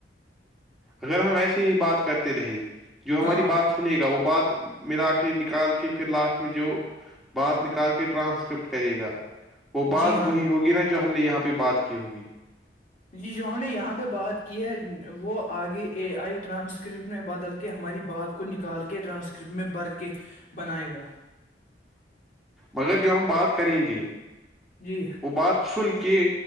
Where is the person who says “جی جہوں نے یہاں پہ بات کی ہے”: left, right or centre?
Left